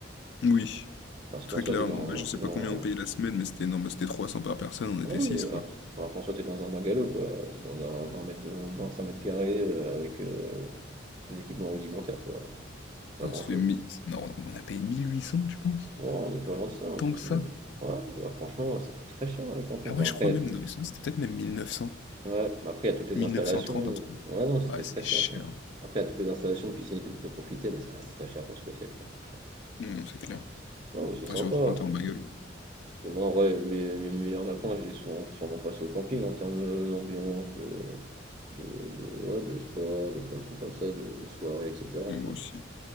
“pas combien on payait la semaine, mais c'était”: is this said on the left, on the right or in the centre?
Left